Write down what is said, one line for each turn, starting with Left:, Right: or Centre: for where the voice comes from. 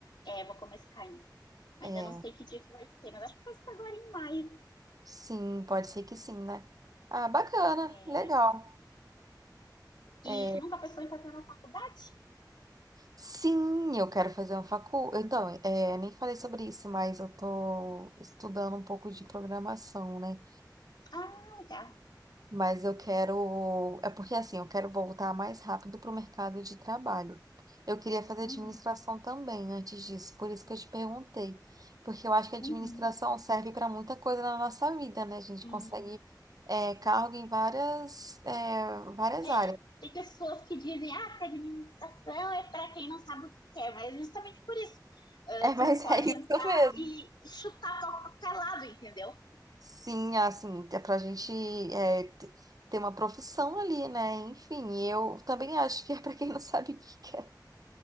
Left: É, vou começar ainda. Ainda
Right: É.
Left: não sei que dia que vai ser, mas acho que vai ser agora em maio.
Right: Sim, pode ser que sim, né? Ah, bacana,
Left: É.
Right: legal. É,
Left: E tu nunca pensou em fazer uma faculdade?
Right: sim, eu quero fazer uma facu. Então, é, nem falei sobre isso, mas eu tô estudando um pouco de programação, né?
Left: Ah, legal.
Right: Mas eu quero. É porque assim, eu quero voltar mais rápido pro mercado de trabalho. Eu queria fazer
Left: Uhum,
Right: administração também antes disso, por isso que eu te perguntei. Porque eu acho que a
Left: uhum.
Right: administração serve para muita coisa na nossa vida, né? A gente
Left: Sim.
Right: consegue. é, cargo em várias, é, várias
Left: É,
Right: áreas.
Left: tem pessoas que dizem, ah, que administração é para quem não sabe o que quer, mas justamente por isso.
Right: <laughs>
Left: ah,
Right: É, mas
Left: tu pode
Right: é isso
Left: entrar
Right: mesmo.
Left: e, e chutar para qualquer lado, entendeu?
Right: Sim, assim, é pra gente é, t- ter uma profissão ali, né? Enfim, eu também acho que é pra quem não sabe o que quer.